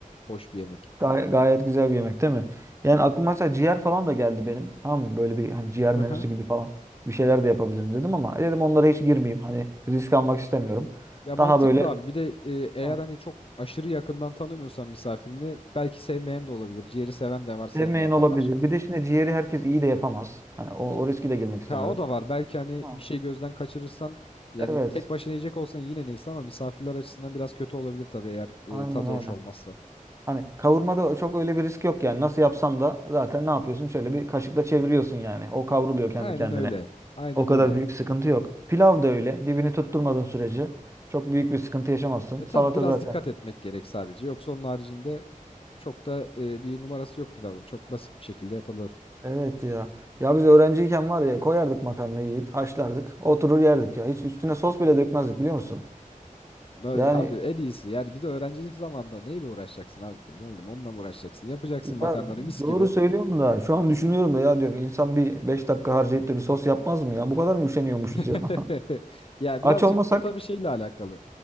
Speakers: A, on the left (about 40°); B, on the right (about 20°).
A: hoş bir yemek.
B: Gay- gayet güzel bir yemek değil mi? Yani aklıma mesela ciğer falan da geldi benim. Tamam mı? Böyle bir hani ciğer
A: <laughs>
B: menüsü gibi falan bir şeyler de yapabilirim dedim ama dedim onlara hiç girmeyeyim. Hani risk almak istemiyorum.
A: Ya mantıklı
B: Daha böyle
A: abi. Bir de e, eğer
B: ha,
A: hani çok aşırı yakından tanımıyorsan misafirini belki sevmeyen de olabilir. Ciğeri seven de var, sevmeyen
B: sevmeyen olabilir.
A: de var.
B: Bir de şimdi ciğeri herkes iyi de yapamaz. Hani o, o riski de girmek istemedim.
A: Ha o da var. Belki hani
B: Ha,
A: bir şey gözden kaçırırsan yani
B: evet.
A: tek başına yiyecek olsan yine neyse ama misafirler açısından biraz kötü olabilir tabii eğer
B: Aynen
A: e, tadı
B: aynen.
A: hoş olmazsa.
B: Hani kavurmada çok öyle bir risk yok yani. Nasıl yapsan da zaten ne yapıyorsun? Şöyle bir kaşıkla çeviriyorsun yani. O kavruluyor kendi
A: Aynen
B: kendine.
A: öyle. Aynen
B: O kadar
A: öyle.
B: büyük sıkıntı yok. Pilav da öyle. Dibini tutturmadığın sürece çok büyük bir sıkıntı yaşamazsın.
A: E tabii
B: Salata
A: biraz
B: zaten.
A: dikkat etmek gerek sadece. Yoksa onun haricinde çok da e, bir numarası yok pilavın. Çok basit bir şekilde yapılır.
B: Evet ya. Ya biz öğrenciyken var ya koyardık makarnayı yiyip haşlardık. Oturur yerdik ya. Hiç üstüne sos bile dökmezdik biliyor musun?
A: Abi
B: Yani
A: abi en iyisi yani bir de öğrencilik zamanında neyle uğraşacaksın abi kurban olayım onunla mı uğraşacaksın yapacaksın makarnanı
B: ya
A: mis
B: doğru
A: gibi
B: söylüyorum da şu an düşünüyorum da ya diyorum insan bir 5 dakika harcayıp da bir sos yapmaz mı ya? Bu kadar mı üşeniyormuşuz
A: <laughs>
B: ya? <laughs>
A: ya
B: Aç
A: birazcık
B: olmasak
A: da tabii şeyle alakalı